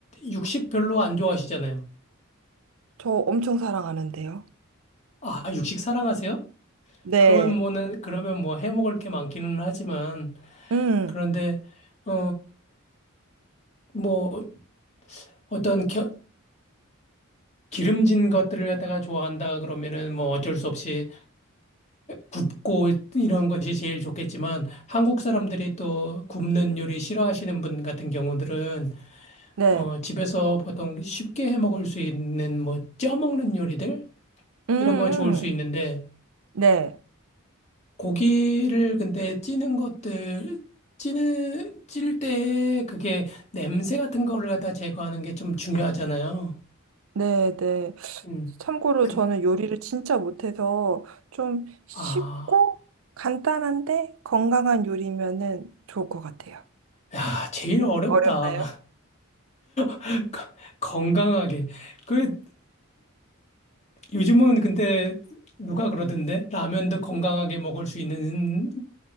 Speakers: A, on the left; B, on the right.
A: 육식 별로 안 좋아하시잖아요.
B: 저 엄청 사랑하는데요.
A: 아, 육식 사랑하세요?
B: 네.
A: 그러면 뭐는, 그러면 뭐 해 먹을 게 많기는 하지만,
B: 음,
A: 그런데, 어, 뭐 어떤 겨- 기름진 것들을 갖다가 좋아한다 그러면은 뭐 어쩔 수 없이 굽고 이런 것이 제일 좋겠지만, 한국 사람들이 또 굽는 요리 싫어하시는 분 같은 경우들은
B: 네.
A: 어, 집에서 보통 쉽게 해 먹을 수 있는 뭐 쪄먹는 요리들
B: 음, 음.
A: 이런 거 좋을 수 있는데
B: 네.
A: 고기를 근데 찌는 것들 찌는 찔 때 그게 냄새 같은 거를 갖다 제거하는 게 좀 중요하잖아요.
B: 네, 네.
A: 음.
B: 참고로
A: 그래.
B: 저는 요리를 진짜 못해서 좀 쉽고
A: 아.
B: 간단한데 건강한 요리면은 좋을 것 같아요.
A: 야, 제일 어렵다.
B: 어렵나요?
A: <laughs> 거- 건강하게. 그 요즘은 근데 누가 그러던데 라면도 건강하게 먹을 수 있는